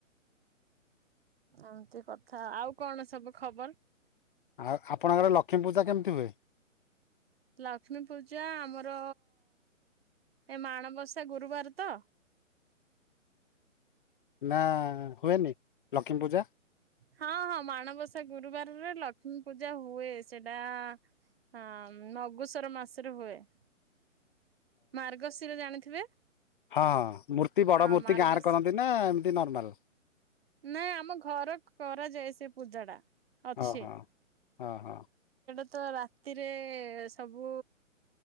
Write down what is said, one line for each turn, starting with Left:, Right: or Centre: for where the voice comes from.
Right: ଏମିତି କଥା, ଆଉ କଣ ସବୁ ଖବର?
Left: ଆଉ ଆପଣଙ୍କର ଲକ୍ଷ୍ମୀ ପୂଜା କେମିତି ହୁଏ?
Right: ଲକ୍ଷ୍ମୀ ପୂଜା ଆମର ଏ ମାଣବସା ଗୁରୁବାର ତ?
Left: ନା ହୁଏନି, ଲକ୍ଷ୍ମୀ ପୂଜା?
Right: ହଁ ହଁ, ମାଣବସା ଗୁରୁବାରରେ ଲକ୍ଷ୍ମୀ ପୂଜା ହୁଏ, ସେଟା ହଁ ମଗୁଶୁର ମାସରୁ ହୁଏ । ମାର୍ଗଶିର ଜାଣିଥିବେ?
Left: ହଁଁ ମୂର୍ତ୍ତି, ବଡ
Right: ହଁ
Left: ମୂର୍ତ୍ତି,
Right: ମାର୍ଗଶି
Left: ଗାଁରେ କରନ୍ତି ନା ଏମିତି ନର୍ମାଲ
Right: ନାଇଁ ଆମ ଘର କରାଯାଏ, ସେ ପୂଜା ଟା, ଅଛି
Left: ହଁ ହଁ
Right: ।
Left: ହଁ ହଁ ।
Right: ତ ରାତିରେ ସବୁ